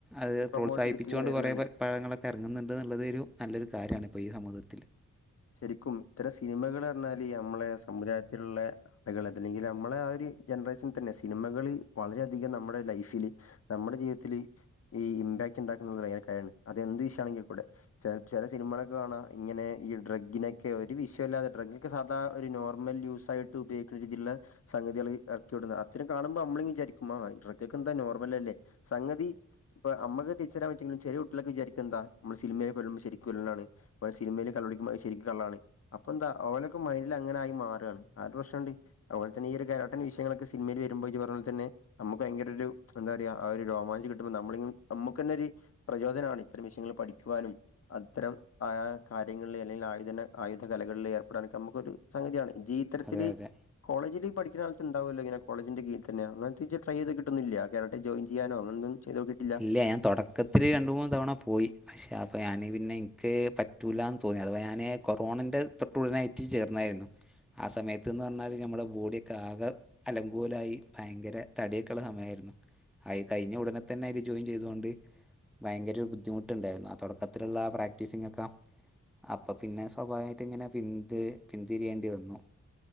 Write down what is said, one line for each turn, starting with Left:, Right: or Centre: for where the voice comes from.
Centre: അത്
Left: പ്രൊമോട്ട്
Centre: പ്രോത്സാഹിപ്പിച്ചുകൊണ്ട്
Left: ചെയ്തിട്ട് ഇങ്ങനെ വരലുണ്ട്
Centre: കൊറേ പഴങ്ങളൊക്കെ എറങ്ങുന്നുണ്ടെന്നുള്ളതൊരു നല്ലൊരു കാര്യാണ് ഇപ്പോ ഈ സമൂഹത്തില്
Left: ശരിക്കും ഇത്തരം സിനിമകള് പറ്ഞ്ഞാല് നമ്മളെ സമുദായത്തിലുള്ള <unintelligible> നമ്മളാ ആഹ് ഒരു ജനറേഷൻതന്നെ സിനിമകള് വളരെയധികംനമ്മളെ ലൈഫില് നമ്മുടെജീവിതത്തില് ഈ ഇംബാക്റ്റുണ്ടാക്കുന്നത് വേറെ കാര്യാണ് അതെന്ത് വിഷയവാണെങ്കി കൂടെ ചെ ചെല സിനിമകളിലൊക്കെ കാണാ ഇങ്ങനെ ഈ ഡ്രഗിനൊക്കെ ഒരു വിഷയോവില്ലാതെ ഡ്രഗൊക്കെ സാധാ ഒരു നോർമൽ യൂസായിട്ട് ഉപയോഗിക്ക്ണ് രീതിയിലുള്ള സംഗതികൾ ഇറക്കി വിടുന്നത് അത്രം കാണുമ്പോ നമ്മള് വിചാരിക്കും ആ ഡ്രഗൊക്കെന്താ നോർമലല്ലേ സംഗതി ഇപ്പ അമ്മക്ക് തിരിച്ചറിയാൻ പറ്റുവെങ്കിലും ചെറിയ കുട്ടികളൊക്കെ വിചാരിക്കും എന്താ നമ്മള് സിനിമയിൽ ഉള്ളത് ശരിക്ക് ഉള്ളതാണ് സിനിമയിൽ കള്ള് കുടിക്കുമ്പോ അത്ശെ ശെരിക്ക് കള്ളാണ് അപ്പൊ ന്താ അവനൊക്കെ മൈൻഡില് അങ്ങനായി മാറാണ് ആ ഒരു പ്രശ്നണ്ട് അതുപോലെ തന്നെ ഈ ഒരു കരാട്ടൻ്റെ വിഷയങ്ങളോക്കെ സിനിമയിൽ വരുമ്പോ ഇജ്ജ് പറഞ്ഞ പോലെ തന്നെ നമ്മുക്ക് ഭയങ്കര ഒരു എന്താ പറയാ ആഹ് ഒരു രോമാഞ്ചം കിട്ടുമ്പോ നമ്മള് നമുക്കന്നെ ഒരു പ്രചോദനാണ് ഇത്തരം വിഷയങ്ങൾ പഠിക്കുവാനും അത്തരം ആ കാര്യങ്ങളിൽ അല്ലെങ്കിൽ ഇതെന്ന് ആയുധ കലകളിൽ ഏർപ്പെടാനൊക്കെ നമുക്കൊരു സംഗതിയാണ് ജീ ത്തരത്തില്
Centre: അതെ അതെ
Left: കോളേജിൽ പഠിക്ക്ണ കാലത്ത്ണ്ടാവല്ലോ കോളജിന്റെ കീഴിൽ തന്നെ അങ്ങനത്തീജ്ജ് ട്രൈ ചെയ്ത് കിട്ടുന്നില്ലേ കേരട്ടെ ജോയിൻ ചെയ്യാനോ അങ്ങനൊന്നും ചെയ്ത് നോക്കിയിട്ടില്ല
Centre: ഇല്ല ഞാൻ തൊടക്ക ക്കത്തില് രണ്ട് മൂന്ന് തവണ പോയി പക്ഷേ അപ്പോൾ ഞാൻ പിന്നെ എനിക്ക് പറ്റൂല്ലന്ന് തോന്നി അഥവാ ഞാൻ കൊറോണേൻ്റെ തൊട്ടുടനായിട്ട് ചേർന്നായിരുന്നു ആഹ് സമയത്തെന്ന് പറഞ്ഞാൽ നമ്മുടെ ബോഡിയൊക്കെ ആകെ അലങ്കോലായി ഭയങ്കര തടിയൊക്കെയുള്ള സമയായിരുന്നു അയി കഴിഞ്ഞ ഉടനെ തന്നെയില് ജോയിൻ ചെയ്തോണ്ട് ഭയങ്കര ഒരു ബുദ്ധിമുട്ടുണ്ടായിരുന്നു ആഹ് തുടക്കത്തിലുള്ള പ്രാക്ടീസിങ്ങൊക്കെ അപ്പൊ പിന്നെ സ്വാഭാവികമായിട്ട് ഇങ്ങനെ പിന്തി പിന്തിരിയേണ്ടി വന്നു